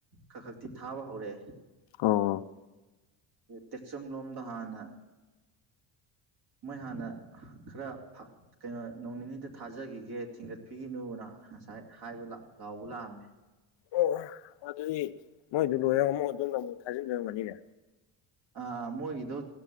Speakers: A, on the right; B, on the left.
A: ꯀꯛ ꯀꯛꯇꯤ ꯊꯥꯕ ꯍꯧꯔꯦ
B: ꯑꯣ
A: ꯇꯦꯛꯆꯝ ꯂꯣꯝꯗ ꯍꯥꯟꯅ ꯃꯣꯏ ꯍꯥꯟꯅ ꯈꯔ ꯀꯩꯅꯣ ꯅꯣꯡ ꯅꯤꯅꯤꯗ ꯊꯥꯖꯈꯤꯒꯦ ꯊꯤꯡꯒꯠꯄꯤꯒꯤꯅꯨꯅ ꯉꯁꯥꯏ ꯍꯥꯏꯕ ꯂꯥꯎꯕ ꯂꯥꯛꯑꯝꯃꯦ
B: ꯑꯣ ꯑꯗꯨꯗꯤ ꯃꯣꯏꯗꯨ ꯂꯣꯏꯔ ꯃꯣꯏꯗꯨꯅ ꯑꯃꯨꯛ ꯊꯥꯖꯤꯟꯗꯣꯏ ꯑꯣꯏꯔꯝꯒꯅꯤꯅꯦ
A: ꯑꯥ ꯃꯣꯏꯒꯤꯗꯣ